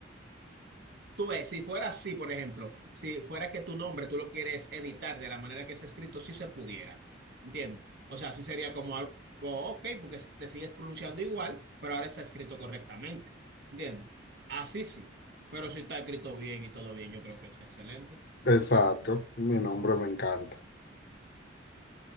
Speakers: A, on the right; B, on the left.
A: Tú ves, si fuera así, por ejemplo, si fuera que tu nombre tú lo quieres editar de la manera que es escrito, sí se pudiera, ¿entiendes? O sea, sí sería como algo, ok, porque si- te sigues pronunciando igual, pero ahora está escrito correctamente, ¿entiendes? Así sí, pero si está escrito bien y todo bien, yo creo que está excelente.
B: Exacto. Mi nombre me encanta.